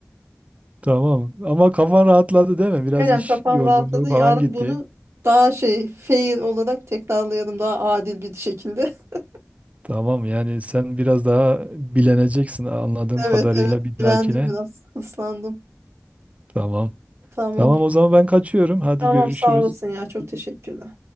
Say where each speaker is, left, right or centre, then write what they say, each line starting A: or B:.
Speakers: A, on the right (about 25°); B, on the right (about 65°).
A: Tamam. Ama kafan rahatladı değil mi? Biraz
B: aynen
A: iş
B: kafam
A: yorgunluğu
B: rahatladı.
A: falan
B: Yarın
A: gitti.
B: bunu daha şey fair olarak tekrarlayalım daha adil bir şekilde. <laughs>
A: Tamam yani sen biraz daha bileneceksin anladığım kadarıyla
B: Evet evet
A: bir dahakine.
B: bilendim biraz ıslandım.
A: Tamam.
B: Tamam.
A: Tamam o zaman ben kaçıyorum. Hadi
B: Tamam
A: görüşürüz.
B: sağ olasın ya çok teşekkürler.